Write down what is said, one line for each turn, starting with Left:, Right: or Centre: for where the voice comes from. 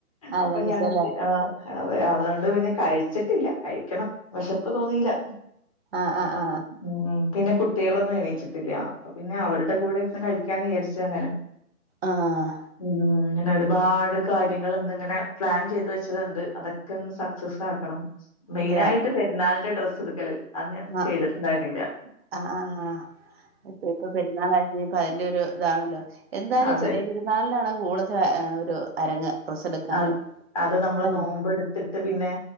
Right: ആ
Left: അപ്പൊ
Right: വെള്ളിച്ചല്ലേ
Left: ഞാൻ ആഹ് അതെ അതുകൊണ്ട് പിന്നെ കഴിച്ചിട്ടില്ല കഴിക്കണം വിശപ്പ് തോന്നില്ല
Right: ആഹ് ആഹ് ആഹ്
Left: ഉം പിന്നെ കുട്ടികളൊന്നും എണീച്ചിട്ടില്ല അപ്പ പിന്നെ അവരുടെ കൂടെ ഇരുന്ന് കഴിക്കാന്ന് വിചാരിച്ചു അങ്ങനെ
Right: ആഹ്
Left: ഉം ഇങ്ങനെ ഒരുപാട് കാര്യങ്ങൾ ഇന്നിങ്ങനെ പ്ലാൻ ചെയ്ത് വെച്ചതുണ്ട് അതൊക്കെ ഒന്ന് സക്സസ് ആക്കണം മെയിൻ
Right: അതെയോ
Left: ആയിട്ട് പെരുന്നാളിന്റെ ഡ്രസ്സ് എടുക്കൽ അത് ഞാൻ
Right: ആ
Left: ചെയ്തിട്ടുണ്ടായിരുന്നില
Right: ആ ആ ആ. ഇപ്പൊ പെരുന്നാൾ ആയിട്ട് ഇപ്പതിന്റൊരു ഇതാണല്ലോ എന്താലും
Left: അതെ
Right: ചെറിയ പെരു ന്നാളിനാണ് കൂടുതൽ ഒരു അരങ്ങ് ഡ്രസ് എടുക്കാനും
Left: അത് അത് നമ്മള്
Right: അല്ലേ
Left: നോമ്പ് എടുത്തി ട്ട് പിന്നെ